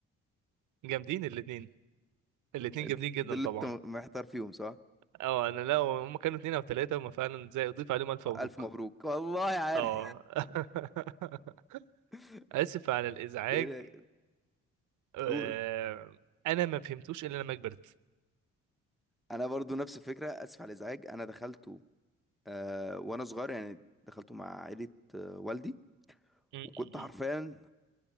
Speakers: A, on the right (about 80°); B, in the centre.
A: جامدين الاثنين الاثنين
B: أنت
A: جامدين جدا
B: دول اللي
A: طبعا
B: أنت محتار فيهم صح؟
A: اه انا لا هم كانوا اثنين او ثلاثه هم فعلا زي اضيف عليهم الف مبروك
B: ألف مبروك والله عارف
A: اه <laughs>
B: <laughs>
A: اسف على الازعاج
B: ده إيه ده؟
A: آه،
B: قول
A: انا ما فهمتوش الا لما كبرت
B: انا برضو نفس الفكره اسف على الازعاج انا دخلته آه وانا صغير يعني دخلته مع عائله آه والدي
A: م- م-
B: وكنت حرفيا